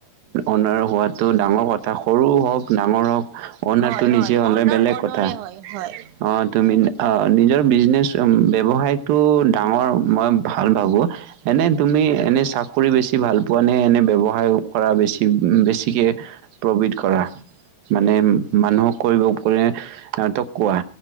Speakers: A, on the right; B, on the right.
A: অনাৰ হোৱাটো ডাঙৰ কথা সৰু হওক ডাঙৰ হওক। অনাৰটো
B: হয় হয়
A: নিজে হ'লে
B: অনাৰ
A: বেলেগ
B: অনৰে
A: কথা।
B: হয়, হয়।
A: অ', তুমি অ', নিজৰ বিজনেচ ব্যৱসায়টো ডাঙৰ মই ভাল ভাবোঁ। এনে তুমি এনে চাকৰি বেছি ভাল পোৱা নে, এনে ব্যৱসায় কৰা বেছি বেছিকে প্ৰভিত কৰা মানে মানুহক কৰিব <unintelligible> এহতক কোৱা?